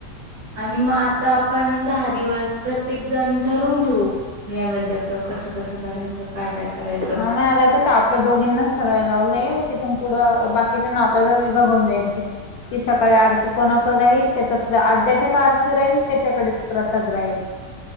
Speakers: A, on the right; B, on the left.
A: आणि मग आता आपण दहा दिवस प्रत प्रत्येकजण ठरून घेऊ. नैवेद्याच कसं कसं करायचं, काय काय करायचं.
B: हा म आ का साप आपल्या दोघींनाच ठरवायला लावलंय मग तिथून पुढं बाकीच्या ना आपल्याला विभागवून द्यायचं. की सकाळी आरती कोणाकडं राहील त्याचा अर्ध्याच्या का आरती राहील त्याच्याकडेच. प्रसाद राहील.